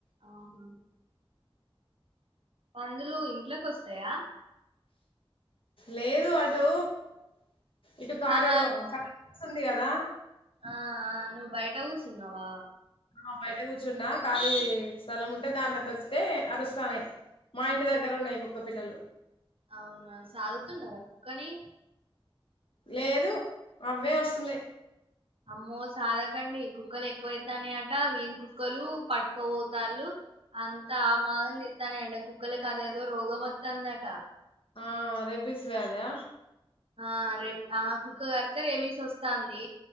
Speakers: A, on the right; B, on the left.
A: ఆహా పందులు ఇంట్లోకొస్తాయా
B: లేదు అటు ఇటు ఖాళీ
A: ఆహా నువ్వు
B: ఖాళీ ప్లేస్ ఉంది కదా
A: ఆ ఆ నువ్వు బయట కూసున్నవా
B: ఆ బయట కూర్చున్నా ఖాళీ స్థలం ఉంటే దాంట్లోకి వత్తే అరుస్తానయ్ మా ఇంటి దగ్గర ఉన్నాయ్ కుక్క పిల్లలు
A: అవునా సాదుతున్నారా కుక్కని
B: లేదు అవ్వే వస్తున్నాయ్
A: అమ్మో సాధకండి కుక్కలు ఎక్కువ అయితానయ్ అంట వీధి కుక్కలు పట్టుకు పోతాళ్ళు అంత ఆగమాగం చెత్తానయ్ అంట కుక్కలకి అదేదో రోగం వత్తాందట
B: ఆ రెబీస్ వ్యాదా
A: ఆ రేబి ఆ కుక్క కరిత్తె రెబీస్ వస్తాన్ది